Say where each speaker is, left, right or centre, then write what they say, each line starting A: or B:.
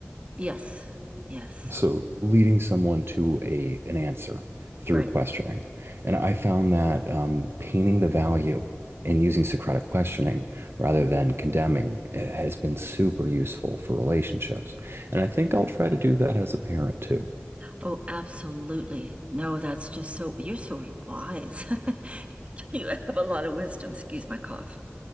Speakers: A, on the right (about 25°); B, on the right (about 55°).
A: Yes. Yes.
B: So leading someone to a an answer through
A: Right.
B: questioning. And
A: Mm.
B: I found that um, painting the value and using Socratic questioning rather than condemning eh, has been super useful for relationships. And I think I'll try to do that as a parent too.
A: Oh, absolutely. No, that's just so, you're so wise. <laughs> You have a lot of wisdom. Excuse my cough.